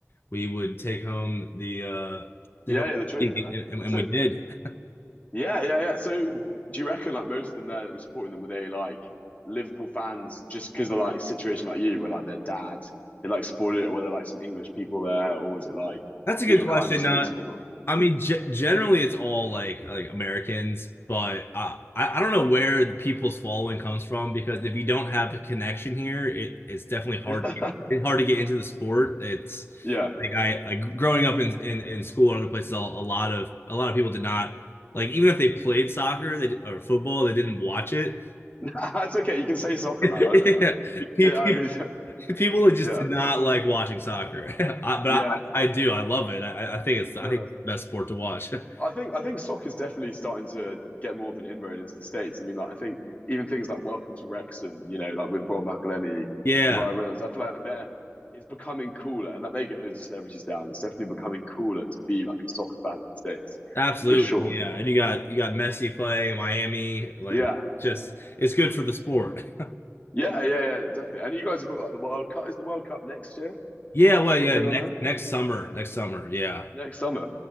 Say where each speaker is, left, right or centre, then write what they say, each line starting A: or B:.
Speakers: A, on the left; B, on the left.
A: we would take home the uh,
B: yeah,
A: take home,
B: yeah. The trophy,
A: and,
B: man.
A: and
B: So
A: we did.
B: yeah, yeah, yeah. So do you reckon like most of them there that were supporting them were they like Liverpool fans just because of like a situation like you, where like their dad they like supported it, or were there like some English people there, or was it like
A: That's a
B: you
A: good
B: know
A: question.
B: kind of just
A: Uh,
B: a mix of everyone?
A: I mean, ge- generally it's all like, like Americans, but I, I I don't know where the people's following comes from because if you don't have a connection here, it it's definitely hard
B: Yeah.
A: to get,
B: <laughs>
A: it's hard to get into the sport. It's
B: Yeah,
A: like I like growing up in in, in school and other places, a, a lot of a lot of people did not like even if they played soccer they, or football, they didn't watch it. <laughs>
B: <laughs> it's okay. You can say soccer,
A: Yeah.
B: man. I don't mind.
A: Pe-
B: Yeah, I mean, <laughs>
A: People that just
B: yeah,
A: did not like watching soccer, <laughs> I, but
B: yeah.
A: I, I do. I love it. I, I think it's
B: No,
A: I think
B: that's.
A: it's the best sport to watch.
B: I
A: <laughs>
B: think I think soccer is definitely starting to get more of an inroad into the states. I mean, like I think even things like Welcome to Wrexham, you know, like with Rob McElhenney
A: Yeah,
B: and Ryan Reynolds. I feel like they're it's becoming cooler, and that they get loads of celebrities down. It's definitely becoming cooler to be like a soccer fan in the states,
A: absolutely.
B: for sure.
A: Yeah, and you got you got Messi playing Miami. Like,
B: Yeah,
A: just it's good for the sport. <laughs>
B: yeah, yeah, yeah, definitely. And you guys have got like the World Cup. Is the World Cup next year?
A: Yeah, well,
B: You've got
A: yeah.
B: going
A: Next
B: on there.
A: next summer, next summer. Yeah,
B: Next summer.